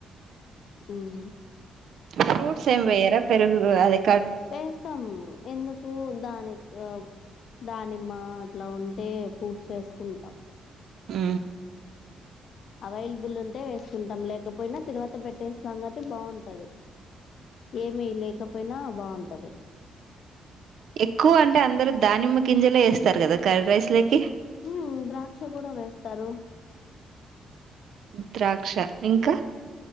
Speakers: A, on the left; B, on the right.
A: మ్
B: ఫ్రూట్స్ ఏమి వేయర పెరుగు అది
A: వేస్తాం ఎందు పు దాని ఉ దానిమ్మ అట్లా ఉంటే ఫ్రూట్స్ వేసుకుంటాం
B: ఉ
A: అవైలబుల్ ఉంటే వేసుకుంటాం, లేకపోయినా తిరువాత పెట్టేస్తాం కాబట్టి బాగుంటది, ఏమి లేకపోయినా బాగుంటది.
B: ఎక్కువ అంటే అందరు దానిమ్మ గింజలే వేస్తారు కదా కర్డ్ రైస్ లోకి
A: ఉ ద్రాక్ష కూడ వేస్తారు
B: ద్రాక్ష ఇంక